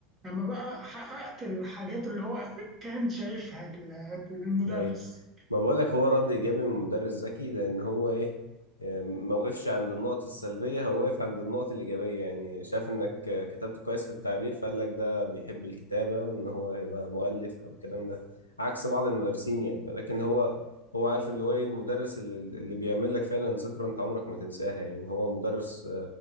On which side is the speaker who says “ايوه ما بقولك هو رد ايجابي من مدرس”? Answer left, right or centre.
Left